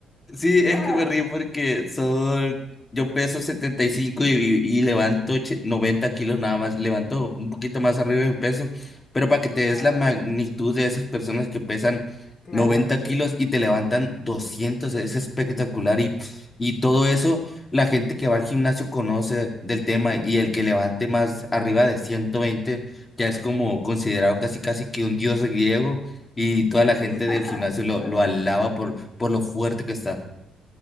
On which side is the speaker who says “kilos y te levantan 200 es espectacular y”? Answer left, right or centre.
Left